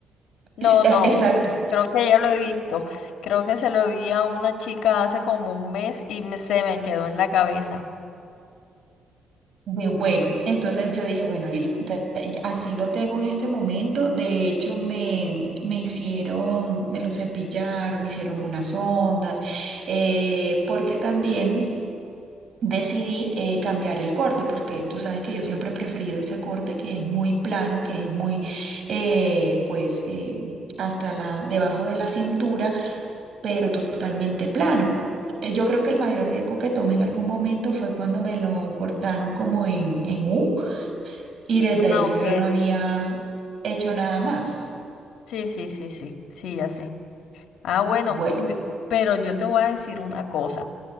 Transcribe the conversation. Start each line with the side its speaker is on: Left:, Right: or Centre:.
Left: No,
Right: Es- eh,
Left: no,
Right: Exacto.
Left: creo que ya lo he visto. Creo que se lo vi a una chica hace como un mes y me- se me quedó en la cabeza.
Right: De bueno. Entonces yo dije, bueno, listo. Entonces, eh, así lo tengo en este momento. De hecho, me, me hicieron, me lo cepillaron, me hicieron unas ondas, eh, porque también... decidí eh, cambiar el corte, porque tú sabes que yo siempre he preferido ese corte que es muy plano, que es muy, eh, pues, eh, hasta la, debajo de la cintura, pero totalmente plano. Eh, Yo creo que el mayor riesgo que tomé en algún momento fue cuando me lo cortaron como en, en U y desde allí
Left: Ah, ok.
Right: yo no había hecho nada más.
Left: Sí, sí, sí, sí, sí, ya sé. Ah, bueno,
Right: Bueno,
Left: y- pero yo te voy a decir una cosa.